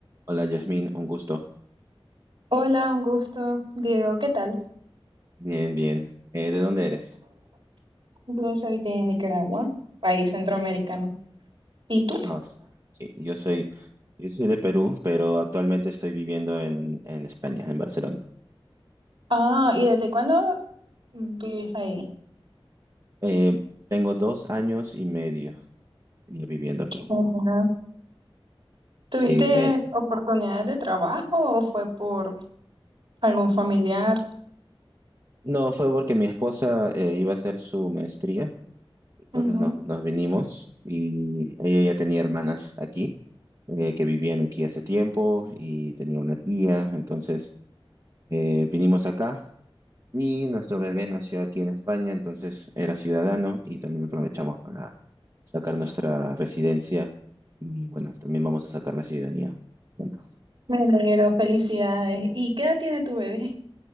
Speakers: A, on the right (about 40°); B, on the right (about 65°).
A: Hola, Yasmin, un gusto.
B: Hola, un gusto. Diego, ¿qué tal?
A: Bien, bien. Eh, ¿de dónde eres?
B: Yo soy de Nicaragua, país centroamericano. ¿Y tú?
A: Ah, s- sí, yo soy, yo soy de Perú, pero actualmente estoy viviendo en, en España, en Barcelona.
B: Ah, ¿y desde cuándo vives ahí?
A: Eh, tengo dos años y medio ya viviendo aquí.
B: Ujú. ¿Tuviste
A: Sí, eh,
B: oportunidades de trabajo o fue por algún familiar?
A: no, fue porque mi esposa eh, iba a hacer su maestría, entonces
B: Ujú.
A: nos, nos vinimos y ella ya tenía hermanas aquí, eh, que vivían aquí hace tiempo y tenía una tía, entonces eh, vinimos acá Y nuestro bebé nació aquí en España, entonces era ciudadano y también aprovechamos para sacar nuestra residencia y bueno, también vamos a sacar la ciudadanía. juntos.
B: Me alegro, felicidades. ¿Y qué edad tiene tu bebé?